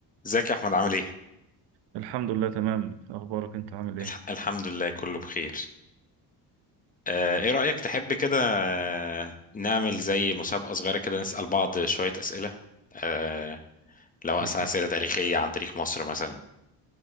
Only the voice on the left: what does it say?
ازيك يا احمد عامل ايه
الح- الحمد لله كله بخير آه، ايه رأيك تحب كده آه، نعمل زي مسابقة صغيرة كده نسأل بعض شوية أسئلة آه، لو
أسأل أسئلة
تاريخية عن تاريخ مصر مثلا